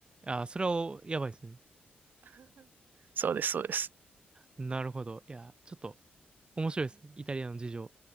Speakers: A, on the right; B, on the right.
A: あー、それはやばいですね。
B: そうです、そうです。
A: なるほど。いやー、ちょっと面白いですね。イタリアの事情。